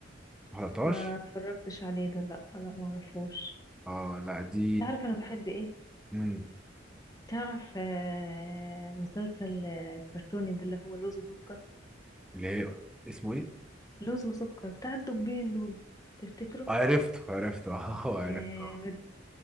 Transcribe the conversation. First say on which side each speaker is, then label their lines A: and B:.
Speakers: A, in the centre; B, on the left (about 20°).
A: ما حضرتهاش
B: ما اتفرجتش عليه ده لا لا ما اعرفوش
A: اه لا دي
B: تعرف انا بحب ايه
A: مم.
B: تعرف آه مسلسل آه، كرتوني ده اللي هو لوز وسكر
A: اللي هي اسمه ايه
B: لوز وسكر بتاع الدبين دول تفتكره
A: عرفت عرفت <laughs> اه عرفت
B: جامد
A: اه